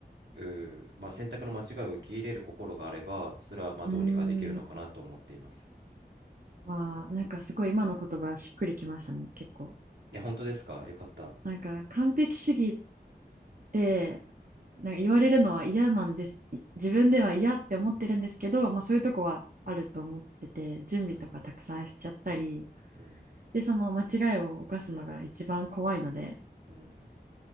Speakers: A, on the right; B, on the right.
A: うーまあ、選択の間違いを受け入れる心があればそれはまあどうにかできるのかなと思っています
B: うーん。わあ、なんかすごい今の言葉しっくりきましたね、結構。
A: いや本当ですかよかった
B: なんか完璧主義でなんか言われるのは嫌なんです自分では嫌って思ってるんですけど、まあ、そういうとこはあると思ってて準備とかたくさんしちゃったり
A: うんうん
B: でその間違いを犯すのが一番怖いので
A: うん